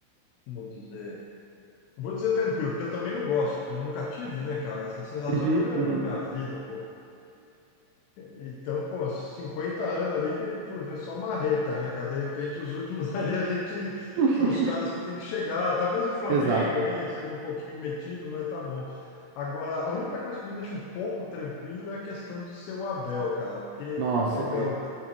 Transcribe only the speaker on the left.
como dizer. eu Vou dizer tranquilo, porque eu também não gosto, porque eu nunca tive, né, cara, essa sensação.
É a primeira
vez na minha vida, pô. Então, pô, 50 anos ali que foi só marreta, né, cara? De repente, os últimos <laughs> ali a gente
são os caras que tem que chegar. Talvez o Flamengo
ali seja um pouquinho metido, mas tá bom. Agora, a única coisa que me deixa um pouco tranquilo é a questão de ser o Abel, cara, porque
como o Abel,